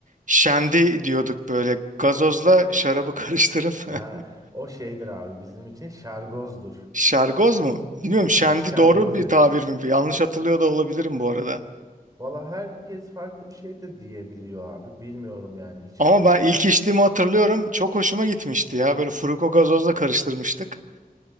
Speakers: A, on the right; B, on the right.
A: Şendi diyorduk böyle gazozla şarabı karıştırıp. <laughs>
B: Ha, o şeydir abi bizim için şargozdur.
A: Şergoz mu? Bilmiyorum şendi
B: Biz şargoz
A: doğru bir
B: deriz.
A: tabir mi? Yanlış hatırlıyor da olabilirim bu arada.
B: Valla herkes farklı bir şey de diyebiliyor abi. Bilmiyorum yani hiçbir
A: Ama
B: fikrim
A: ben ilk
B: yok.
A: içtiğimi hatırlıyorum. Çok hoşuma gitmişti ya. Böyle furuko gazozla karıştırmıştık.